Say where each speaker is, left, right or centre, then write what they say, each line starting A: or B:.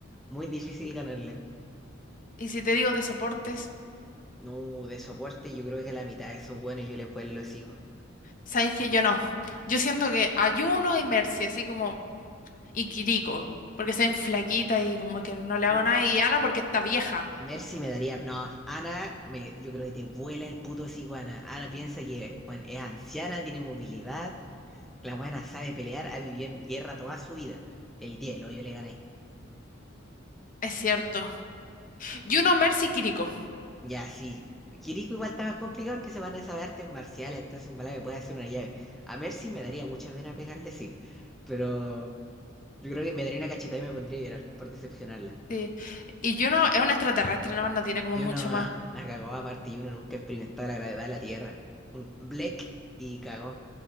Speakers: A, in the centre; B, on the left.
A: muy difícil ganarle.
B: Y si te digo de soportes,
A: No, de soporte yo creo que la mitad de esos buenos yo les vuelo el hocico.
B: sabéis que yo no. Yo siento que Ayuno y Mercy, así como... y Kiriko, porque se ven flaquita y como que no le hago
A: M-
B: nada, y Ana porque está vieja,
A: Mercy me daría... No, Ana, me, yo creo que te vuela el puto hocico, Ana. Ana piensa que bueno, es anciana, tiene movilidad. La buena sabe pelear, ha vivido en guerra toda su vida. El 10, lo yo le gané.
B: es cierto. Yuno, Mercy y Kiriko.
A: Ya, sí. Kiriko igual está más complicado porque se van a saber artes marciales, entonces en volada me puede hacer una llave. A Mercy me daría mucha pena pegarle, sí. Pero... Yo creo que me daría una cachetada y me pondría a llorar por decepcionarla.
B: Sí. Y Juno es un extraterrestre, nada más no tiene como
A: Yo
B: mucho
A: no la
B: más.
A: cagó aparte y uno nunca experimentaba la gravedad de la Tierra. Un Black y cagó.